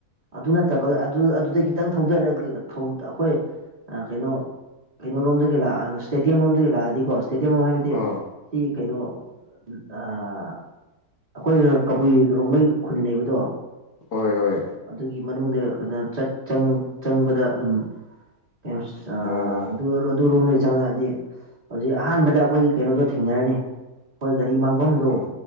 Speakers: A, on the right (about 35°); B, on the left (about 75°).
A: ꯑꯗꯨ ꯅꯠꯇꯕꯒ ꯑꯗꯨꯗꯩ ꯈꯤꯇꯪ ꯊꯧꯗꯔ ꯑꯩꯈꯣꯏ ꯀꯩꯅꯣ ꯀꯩꯅꯣꯔꯣꯝꯗꯒꯤ ꯂꯥꯛꯑꯒ ꯏꯁꯇꯦꯗꯤꯌꯝꯔꯣꯝꯗꯒꯤ ꯂꯥꯛꯑꯗꯤꯀꯣ ꯏꯁꯇꯦꯗꯤꯌꯝꯔꯣꯝ ꯍꯥꯏꯕꯗꯤ
B: ꯑꯥ
A: ꯁꯤ ꯀꯩꯅꯣ ꯑꯩꯈꯣꯏ ꯀꯕꯨꯏ ꯔꯣꯡꯃꯩ ꯈꯨꯟ ꯂꯩꯕꯗꯣ
B: ꯍꯣꯏ ꯍꯣꯏ
A: ꯑꯗꯨꯒꯤ ꯃꯅꯨꯡꯗ ꯑꯩꯖꯅ ꯆꯪꯕꯗ ꯑꯗꯨꯝ ꯩꯅꯔ
B: ꯑꯣ
A: ꯆꯪꯉꯛꯑꯗꯤ ꯍꯧꯖꯤꯛ ꯑꯍꯥꯟꯕꯗ ꯑꯩꯈꯣꯏ ꯀꯩꯅꯣꯗꯣ ꯊꯦꯡꯅꯔꯅꯤ ꯑꯩꯈꯣꯏ ꯒꯥꯔꯤ ꯃꯥꯡꯐꯝꯗꯣ
B: ꯑꯣ